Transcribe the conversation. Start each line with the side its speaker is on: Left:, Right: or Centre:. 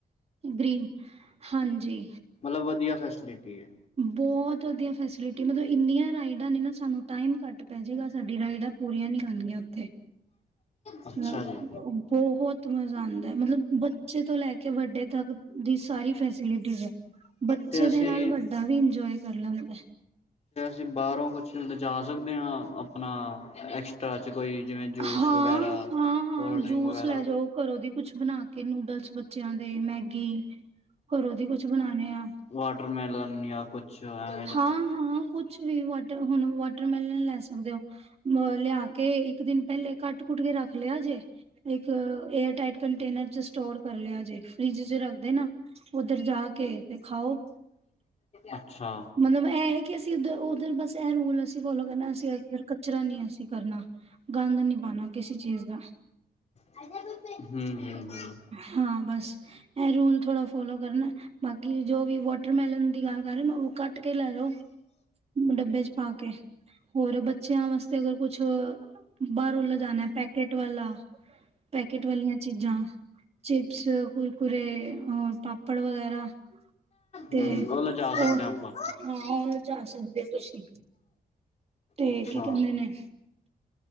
Right: ਗ੍ਰੀਨ, ਹਾਂਜੀ
Left: ਮਤਲਬ ਵਦੀਆ ਫੈਸੀਲਿਟੀ ਏ।
Right: ਬੋਤ ਵਦੀਆ ਫੈਸੀਲਿਟੀ ਆ ਮਤਲਬ ਇੰਨੀਆਂ ਰਾਈਡ- ਦਾ ਨੀ ਨਾ ਸਾਨੂੰ ਟਾਈਮ ਘੱਟ ਪੈ ਜੇਗਾ ਸਾਡੀ ਰਾਈਡਾਂ ਪੂਰੀਆਂ ਨੀ ਹੋਨਗੀਆਂ ਓਥੇ।
Left: ਅੱਛਾ
Right: ਮਤਲਬ
Left: ਜੀ
Right: ਬਹੋਤ ਮਜ਼ਾ ਆਂਦਾ ਮਤਲਬ ਬੱਚੇ ਤੋਂ ਲੈ ਕੇ ਵੱਡੇ ਤੱਕ ਦੀ ਸਾਰੀ ਫੈਸੀਲਿਟੀ ਐ ਬੱਚੇ
Left: ਤੇ ਅਸੀਂ
Right: ਦੇ ਨਾਲ ਵੱ ਵੀ ਇੰਜੋਆਏ ਕਰ ਲੈਂਦਾ।
Left: ਜੇ ਬਾਰੋਂ ਕੁਛ ਲਿਜਾ ਸਕਦੇ ਆਂ ਆਪਨਾ ਐਕਸਟ੍ਰਰਾ ਚ ਕੋਈ ਜਿਵੇਂ ਜੂਸ
Right: ਹਾਂ,
Left: ਵਗੈਰਾ
Right: ਹਾਂ, ਹਾਂ
Left: ਕੋਲਡ ਡਰਿੰਕ
Right: ਜੂਸ
Left: ਵਗੈਰਾ।
Right: ਲੈ ਜਾਓ ਘਰੋਂ ਦੀ ਕੁਛ ਬਨਾ ਕੇ ਨੂਡਲਜ਼ ਬੱਚਿਆਂ ਦੇ ਮੈਗੀ ਘਰੋਂ ਦੀ ਕੁਛ ਬਨਾਨੇ ਆ।
Left: ਵਾਟਰ ਮੈਲਨ ਜਾਂ ਕੁਛ ਐ
Right: ਹਾਂ-ਹਾਂ ਕੁਛ ਵੀ ਵਟ ਹੁਨ ਵਟ ਵਾਟਰਮੈਲਨ ਲੈ ਸਕਦੇ ਓਂ ਲੇਆ ਕੇ ਇੱਕ ਦਿਨ ਪੈਲੇ ਕੱਟ ਕੁੱਟ ਕੇ ਰੱਖ ਲੇਆ ਜੇ ਇੱਕ ਏਅਰਟਾਈਟ ਕੰਟੇਨਰ ਚ ਸਟੋਰ ਕਰ ਲਿਆ ਜੇ ਫਰਿਜ ਚ ਰੱਖ ਦੇਨਾ। ਓਦਰ ਜਾ ਕੇ ਤੇ ਖਾਓ।
Left: ਅੱਛਾ।
Right: ਮਤਲਬ ਐ ਐ ਕੇ ਅਸੀਂ ਉ ਓਦਰ ਬਸ ਐ ਰੂਲ ਅਸੀਂ ਫੋਲੋ ਕਰਨਾ ਅਸੀਂ ਓਦਰ ਕਚਰਾ ਨਈ ਅਸੀਂ ਕਰਨਾ। ਗੰਦ ਨੀ ਪਾਨਾ ਕਿਸੇ ਚੀਜ਼ ਦਾ।
Left: ਹੂੰ-ਹੂੰ-ਹੂੰ।
Right: ਹਾਂ ਬਸ ਐ ਰੂਲ ਥੋੜਾ ਫੋਲੋ ਕਰਨਾ। ਬਾਕੀ ਜੋ ਵੀ ਵਾਟਰਮੈਲਨ ਦੀ ਗੱਲ ਕਰ ਰਏਂ ਓਂ ਨਾ ਓ ਕੱਟ ਕੇ ਲੈ ਜਾਓ। ਡੱਬੇ ਚ ਪਾ ਕੇ। ਹੋਰ ਬੱਚਿਆਂ ਵਾਸਤੇ ਅਗਰ ਕੁਛ ਬਾਰੋਂ ਲਿਜਾਨਾ ਪੈਕਟ ਵਾਲਾ ਪੈਕਟ ਵਾਲੀਆਂ ਚੀਜ਼ਾਂ ਚਿਪਸ ਕੁਰਕੁਰੇ ਔਰ ਪਾਪੜ ਵਗੈਰਾ ਤੇ
Left: ਹੂੰ, ਓ ਲਜਾ ਸਕਦੇ
Right: ਉਹ
Left: ਆਂ ਆਪਾਂ।
Right: ਹਾਂ ਓ ਲਜਾ ਸਕਦੇ ਓਂ ਤੁਸੀਂ। ਤੇ
Left: ਅੱਛਾ
Right: ਕੀ ਕੈਂਦੇ ਨੇ